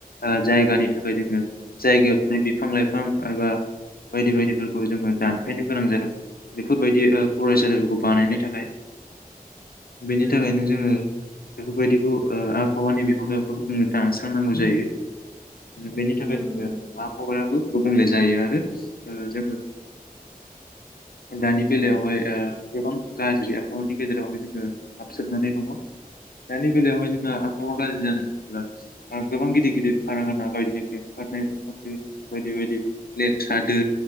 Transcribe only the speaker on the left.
ओ जायगानि था थाखाय जोङो जायगायाव थानाय बे बिफां लाइफ बिफां एबा बायदि बायदि गोल खौ जोङो दानफायनो
गोनां जादों। बेफोरबायदि। फरायसालिफोरखौ
बानायनो थाखाय। बेनि
थाखायनो जोङो। बेफोरबायदिखौ आबहावानि बिफां लाइफां फोरखौ जोङो दानस्रांनांगौ जायो। बेनि थाखाय
जोङो आबहावायाबो। गुबुंले जायो आरो जोङो। दानि बेलायावहाय
गोबां। गाज्रि आबहावानि गेजेरावहाय जोङो हाबसोमनानै दङ। दानि दिनावहाय
जोङो आबहावा गाज्रि जादों गोबां गिदिर गिदिर खारखाना बायदिनिफ्रिय ओनखारनाय उखुन्दै। बायदि बायदि लेथ्रा दै